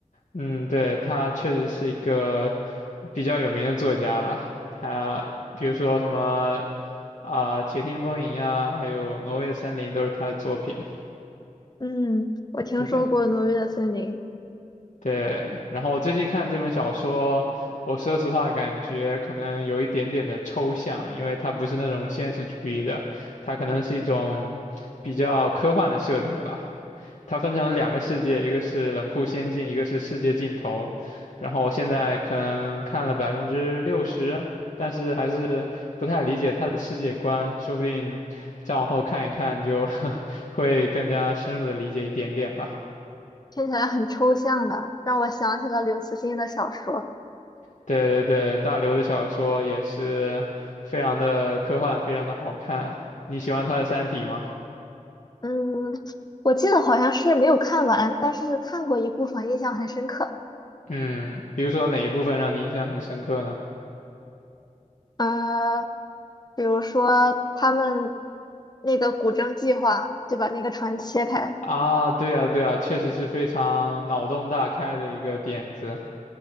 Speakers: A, on the left; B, on the left.
A: 嗯，对，他确实是一个比较有名的作家吧。他比如说什么啊，且听风吟》啊，还有《挪威的森林》都是他的作品。
B: 嗯，我听说过《挪威的森林》，
A: 对对，然后我最近看这本小说，我说实话感觉可能有一点点的抽象，因为它不是那种现实主义的，它可能是一种比较科幻的设定吧。它分成两个世界，一个是冷酷仙境，一个是世界尽头。然后我现在可能看了百分之六十，但是还是不太理解它的世界观，说不定再往后看一看就 <laughs> 会更加深入的理解一点点吧。
B: 听起来很抽象的，让我想起了刘慈欣的小说。
A: 对对对，大刘的小说也是非常的科幻，非常的好看。你喜欢他的《三体》吗？
B: 嗯，我记得好像是没有看完，但是看过一部分，印象很深刻。
A: 嗯，比如说哪一部分让你印象很深刻呢？
B: 呃，比如说他们那个古筝计划，就把那个船切开。
A: 啊，对啊，对啊，确实是非常脑洞大开的一个点子。